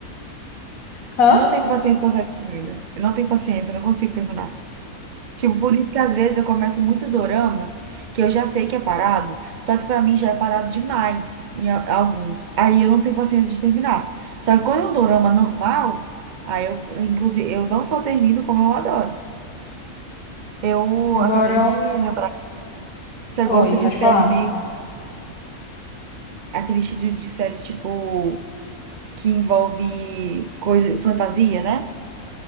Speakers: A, on the left (about 70°); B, on the right (about 60°).
A: Hã?
B: Eu não tenho paciência para série de coisa. Eu não tenho paciência, eu não consigo terminar. Tipo, por isso que às vezes eu começo muitos doramas que eu já sei que é parado, só que pra mim já é parado demais em a- alguns. Aí eu não tenho paciência de terminar. Só que quando é um dorama normal, aí eu, eu, inclusive, eu não só termino como eu adoro. Eu
A: Agora
B: acabei
A: eu.
B: de lembrar. Você
A: Oi,
B: gosta de
A: pode
B: série
A: falar?
B: meio aquele estilo de série tipo que envolve coisa, fantasia, né?